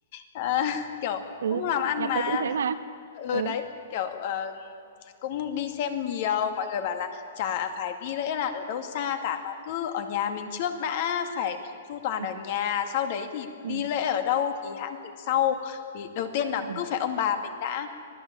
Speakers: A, on the left (about 35°); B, on the right (about 70°).
A: Ờ, <laughs> kiểu
B: ừ.
A: cũng làm ăn
B: nhà
A: mà
B: tớ cũng thế mà
A: ừ
B: ừ
A: đấy kiểu ờ, cũng đi xem nhiều mọi người bảo là chả phải đi lễ là ở đâu xa cả mà cứ ở nhà mình trước đã phải chu toàn
B: ừ
A: ở nhà sau đấy thì
B: ừ
A: đi lễ ở đâu thì hãng tính sau thì đầu tiên là
B: ừ
A: cứ phải ông bà mình đã